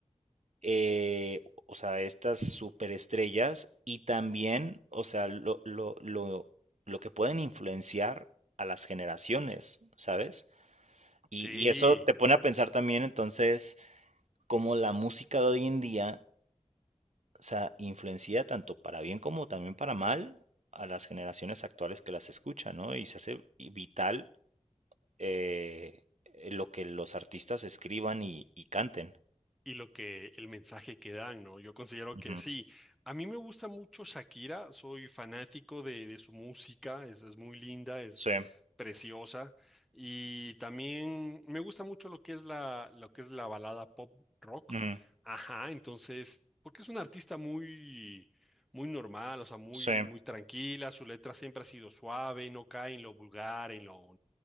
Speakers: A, on the right; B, in the centre.
A: eh, o sea, estas superestrellas y también, o sea, lo, lo, lo, lo que pueden influenciar a las generaciones, ¿sabes? Y,
B: Sí.
A: y eso te pone a pensar también entonces cómo la música de hoy en día, o sea, influencia tanto para bien como también para mal a las generaciones actuales que las escuchan, ¿no? Y se hace vital eh, eh, lo que los artistas escriban y, y canten.
B: y lo que el mensaje que dan, ¿no? Yo considero
A: Ujú,
B: que sí. A mí me gusta mucho Shakira, soy fanático de, de su música, es, es muy linda, es
A: Sí,
B: preciosa y también me gusta mucho lo que es la, lo que es la balada pop rock.
A: ujú,
B: Ajá, entonces, porque es una artista muy, muy normal, o sea, muy,
A: sí,
B: muy tranquila, su letra siempre ha sido suave, no cae en lo vulgar, en lo...